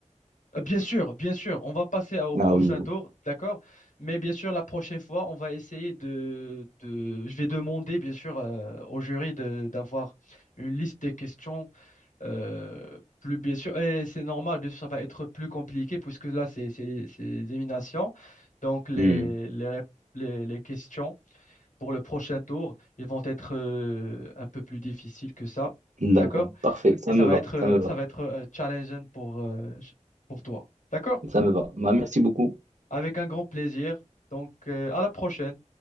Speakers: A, on the left; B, on the right.
A: euh, Bien sûr, bien sûr, on va passer à- au prochain
B: Ah oui.
A: tour, d'accord? Mais bien sûr, la prochaine fois, on va essayer de... de- je vais demander, bien sûr, euh, au jury de- d'avoir une liste des questions Euh, plus bien sûr, et c'est normal, bien sûr, ça va être plus compliqué puisque là, c'est c'est les c'est les éliminations. Donc, les,
B: Hmm.
A: les, rép- les, les questions pour le prochain tour, ils vont être euh, un peu plus difficiles que ça.
B: D'accord,
A: D'accord?
B: parfait. Ça
A: Et ça
B: me
A: va
B: va,
A: être, euh,
B: ça me va,
A: ça va être euh, challengeant pour, euh, ch- pour toi. D'accord?
B: ça me va. Bah, merci beaucoup.
A: Avec un grand plaisir. Donc, euh, à la prochaine.